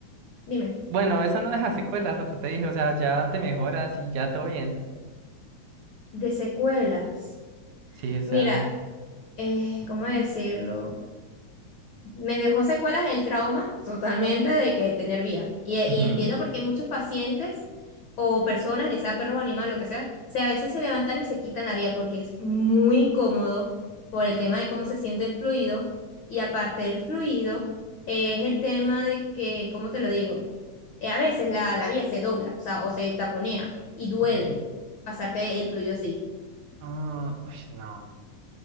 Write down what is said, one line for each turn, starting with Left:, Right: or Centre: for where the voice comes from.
Left: <laughs> Dime.
Right: bueno, eso no deja secuelas, lo que te dije. O sea, ya te mejoras y ya todo bien.
Left: De secuelas.
Right: Sí, o sea.
Left: Mira, eh, ¿cómo decirlo? Me dejó secuelas el trauma totalmente de que tener vía. Y, y
Right: ujú,
Left: entiendo porque muchos pacientes o personas, ya sea perros o animales, lo que sea, se, a veces se levantan y se quitan la vía porque es muy incómodo por el tema de cómo se siente el fluido. Y aparte del fluido, es el tema de que, ¿cómo te lo digo? Eh, a veces la, la vía se dobla, o sea, o se taponea y duele
Right: Ok.
Left: pasarte el fluido así.
Right: Ah, uy, no.